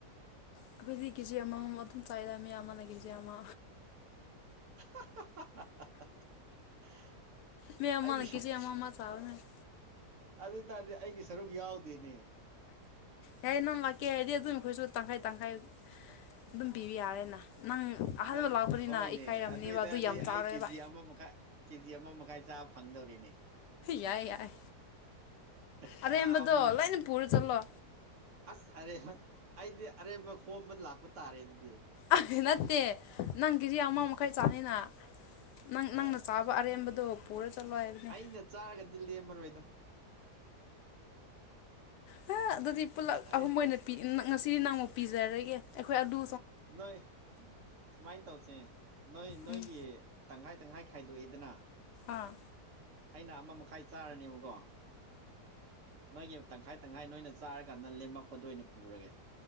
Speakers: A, on the left; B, on the right.
A: ꯑꯩꯈꯣꯏꯗꯤ ꯀꯦꯖꯤ ꯑꯃꯃꯝ ꯑꯗꯨꯝ ꯆꯥꯏꯔ ꯃꯤ ꯑꯃꯅ ꯀꯦꯖꯤ ꯑꯃ
B: <unintelligible>
A: ꯃꯤ ꯑꯃꯥꯅ
B: ꯑꯩ
A: ꯀꯖꯤ ꯑꯃ ꯑꯃꯥ ꯆꯕꯅꯦ
B: ꯑꯗꯨ ꯑꯣꯏ ꯇꯔꯗꯤ ꯑꯩꯒꯤ ꯁꯔꯨꯛ ꯌꯥꯎꯗꯦꯅꯦ
A: ꯌꯥꯏ ꯅꯪ ꯂꯥꯛꯀꯦ ꯍꯥꯏꯗꯤ ꯑꯗꯨꯝ ꯑꯩꯈꯣꯏꯁꯨ ꯇꯪꯈꯥꯏ ꯇꯪꯈꯥꯏ ꯑꯗꯨꯝ ꯄꯤꯕ ꯌꯥꯔꯦꯅ ꯅꯪ ꯑꯍꯥꯟꯕ
B: ꯅꯪ
A: ꯂꯥꯛꯄꯅꯤꯅ
B: ꯍꯣꯏꯅꯦ
A: ꯏꯀꯥꯏꯔꯝꯅꯦꯕ
B: ꯑꯗꯨꯏꯗꯗꯤ
A: ꯑꯗꯨ ꯌꯥꯝ ꯆꯥꯔꯣꯏꯕ
B: ꯑꯩ ꯀꯦꯖꯤ ꯑꯃ ꯃꯈꯥꯏ ꯀꯦꯖꯤ ꯑꯃ ꯃꯈꯥꯏ ꯆꯥ ꯐꯪꯗꯧꯔꯤ
A: ꯌꯥꯏ ꯌꯥꯏ
B: ꯌꯥꯝ
A: ꯑꯔꯦꯕꯗꯣ ꯂꯅ ꯄꯨꯔ ꯆꯠꯂꯣ
B: ꯑꯁ ꯑꯔꯦꯝꯕ ꯑꯩꯗꯤ ꯑꯔꯦꯝꯕ ꯈꯣꯝꯕ ꯂꯥꯛꯄ ꯇꯥꯔꯦ ꯑꯗꯨꯗꯤ
A: ꯑꯗꯨ ꯅꯠꯇꯦ ꯅꯪ ꯀꯦꯖꯤ ꯑꯃ ꯃꯈꯥꯏ ꯆꯥꯅꯤꯅ ꯅꯪ
B: ꯑꯥ
A: ꯅꯪꯅ ꯆꯥꯕ ꯑꯔꯦꯝꯕꯗꯣ ꯄꯨꯔ ꯆꯠꯂꯣ ꯍꯥꯏꯕꯅꯦ
B: ꯑꯩꯅ ꯆꯥꯔꯒꯗꯤ ꯂꯦꯝꯃꯔꯣꯏꯗ
A: ꯍꯥ ꯑꯗꯨꯗꯤ ꯄꯨꯂꯞ
B: ꯑꯦ
A: ꯑꯍꯨꯝ ꯑꯣꯏꯅꯤ ꯉꯁꯤꯗꯤ ꯅꯪꯃꯨꯛ ꯄꯤꯖꯔꯒꯦ ꯑꯩꯈꯣꯏ ꯑꯗꯨ
B: ꯅꯣꯏ ꯁꯨꯃꯥꯏꯅ ꯇꯧꯁꯦ ꯅꯣꯏ ꯅꯣꯏꯒꯤ
A: ꯎꯝ
B: ꯇꯪꯈꯥꯏ ꯇꯪꯈꯥꯏ ꯈꯥꯏꯗꯣꯛꯑꯦꯗꯅ
A: ꯑꯥ
B: ꯑꯩꯅ ꯑꯃ ꯃꯈꯥꯏ ꯆꯥꯔꯅꯦꯕꯀꯣ ꯅꯣꯏꯒꯤ ꯇꯪꯈꯥꯏ ꯇꯪꯈꯥꯏ ꯅꯣꯏꯅ ꯆꯥꯔꯀꯥꯟꯗ ꯂꯦꯝꯃꯛꯄꯗ ꯑꯣꯏꯅ ꯄꯨꯔꯒꯦ